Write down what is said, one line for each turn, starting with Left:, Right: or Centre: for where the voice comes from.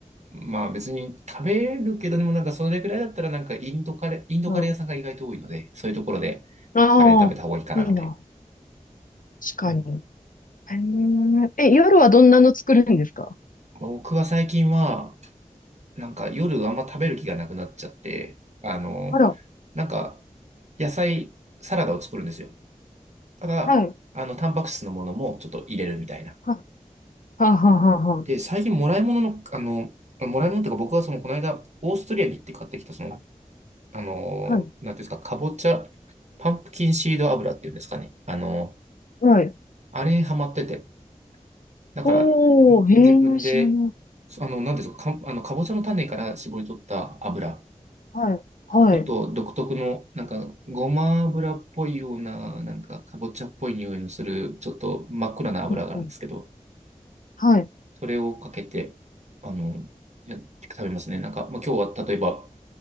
Right: まあ別に食べるけど、でもなんかそれぐらいだったらなんかインドカレー、インドカレー屋さんが意外と多いので、
Left: うん。
Right: そういうところで
Left: ああ、
Right: カレー食べた方がいいかなみたい
Left: いいな。確かに。
Right: な。うん、
Left: へええ、夜はどんなの作るんですか
Right: 僕は最近は、なんか夜あんま食べる気がなくなっちゃって、あの、
Left: あら。
Right: なんか野菜、サラダを作るんですよ。ただ、
Left: はい。
Right: あの、タンパク質のものもちょっと入れるみたいな。
Left: は、はははは。
Right: で、最近もらい物の、あの、もらい物っていうか僕はそのこの間、オーストリアに行って買ってきたそのあの、
Left: はい。
Right: なんていうんですか、かぼちゃ、パンプキンシード油っていうんですかね。あの、
Left: はい。
Right: あれにハマってて。だから、
Left: おー、
Right: 自分で、
Left: へえ、知らない。
Right: そあの、なんていうんですか、か、あの、かぼちゃの種から絞り取った油。
Left: はい。はい。
Right: ちょっと独特の、なんか、ごま油っぽいような、なんか、かぼちゃっぽい匂いのする、ちょっと真っ暗な油があるんですけど、
Left: うんうん。はい。
Right: それをかけて、あの、やって食べますね。なんか、まあ、今日は例えば、